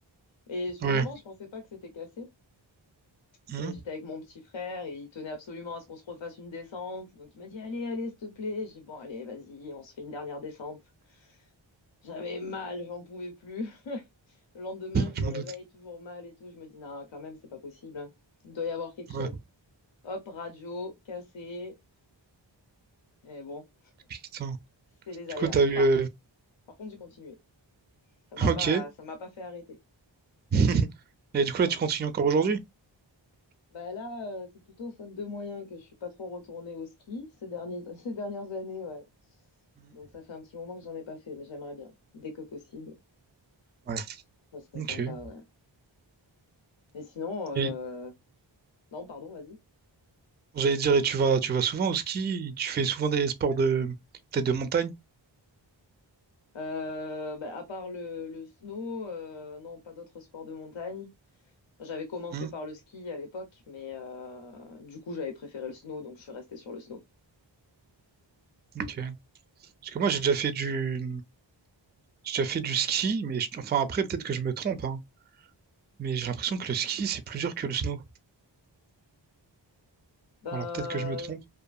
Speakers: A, on the left (about 75°); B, on the right (about 25°).
A: Et sur
B: Ouais.
A: le moment, je pensais pas que c'était cassé.
B: Hmm,
A: Et j'étais avec mon petit frère et il tenait absolument à ce qu'on se refasse une descente. Donc il m'a dit, allez, allez, s'il te plaît. J'ai dit, bon, allez, vas-y, on se fait une dernière descente. J'avais mal, j'en pouvais plus. <laughs> Le lendemain, je
B: Je
A: me
B: m'en
A: réveille
B: doute.
A: toujours mal et tout. Je me dis, non, quand même, c'est pas possible. hein. Il doit y avoir quelque chose.
B: Ouais,
A: Hop, radio, cassé. Et bon,
B: putain.
A: c'est les
B: Du
A: aléas.
B: coup, t'as eu,
A: Par,
B: euh,
A: Par contre, j'ai continué. Ça m'a
B: Ok.
A: pas, ça m'a pas fait arrêter.
B: <laughs> Et du coup,
A: Ça
B: là, tu
A: va.
B: continues encore aujourd'hui?
A: Bah là, euh, c'est plutôt faute de moyens que je suis pas trop retournée au ski ces derniers, <laughs> ces dernières années, ouais.
B: Mhm.
A: Donc ça fait un petit moment que j'en ai pas fait, mais j'aimerais bien. Dès que possible,
B: Ouais.
A: ça serait
B: Ok.
A: sympa, ouais. Et sinon, euh,
B: Et
A: non, pardon, vas-y.
B: j'allais dire, et tu vas, tu vas souvent au ski? Tu fais souvent des sports de, peut-être de montagne?
A: Euh, bah, à part le, le snow, euh, non, pas d'autres sports de montagne. J'avais commencé
B: Mhm.
A: par le ski à l'époque, mais euh, du coup, j'avais préféré le snow, donc je suis restée sur le snow.
B: Ok. Parce que moi, j'ai déjà fait du, j'ai déjà fait du ski, mais je- enfin après, peut-être que je me trompe, hein. Mais j'ai l'impression que le ski, c'est plus dur que le snow.
A: Bah,
B: Alors peut-être que je me trompe.